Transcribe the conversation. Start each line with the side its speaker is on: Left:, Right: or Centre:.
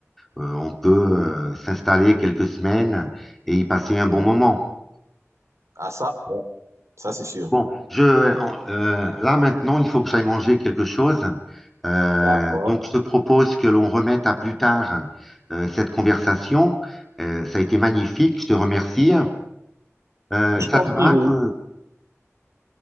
Centre: euh, on peut euh, s'installer quelques semaines et y passer un
Right: ouais.
Centre: bon moment.
Right: Ah, ça, ouais, ça, c'est sûr.
Centre: Bon, je, euh, là maintenant, il faut que j'aille manger quelque chose. Euh,
Right: D'accord.
Centre: donc, je te propose que l'on remette à plus tard euh, cette conversation. Euh, ça a été magnifique, je te remercie. Euh,
Right: Je
Centre: ça
Right: t'en
Centre: te
Right: prie,
Centre: va
Right: Rui.
Centre: que...